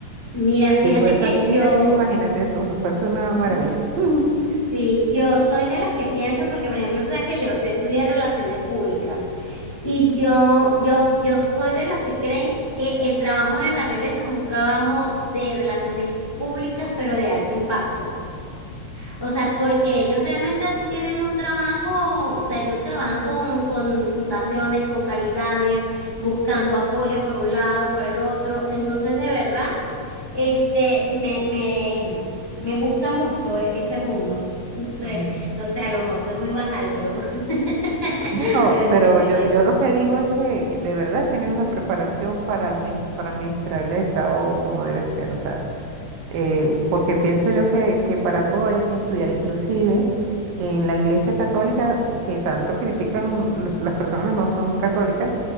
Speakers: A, on the left (about 25°); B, on the right (about 80°).
A: Mira, fíjate
B: Si fuese
A: que
B: así
A: yo
B: aquí, imagínate tú, fuese una
A: <laughs>
B: maravilla. <laughs>
A: Sí, yo soy de las que piensa, porque por ejemplo, tú sabes que yo, yo estudié relaciones públicas y yo, yo, yo soy de las que creen que el trabajo de la realeza es un trabajo de relaciones públicas, pero de alto impacto. O sea, porque ellos realmente tienen un trabajo, o sea, ellos trabajan con, con fundaciones, con caridades, buscando apoyo por un lado, por el otro. Entonces, de verdad. Este, me, me, me gusta mucho e- ese mundo. <laughs> entonces
B: Ujú.
A: no sé, a lo mejor soy muy banal, pero, <laughs>
B: No, no,
A: pero
B: pero
A: sí, sí
B: yo,
A: me
B: yo
A: gusta
B: lo que digo es que de verdad tienen una preparación para, admis- para administrar el Estado como debe ser, o sea, eh, porque pienso yo que, que para todo hay que estudiar, inclusive en la Iglesia Católica, que tanto critican los- las personas que no son católicas,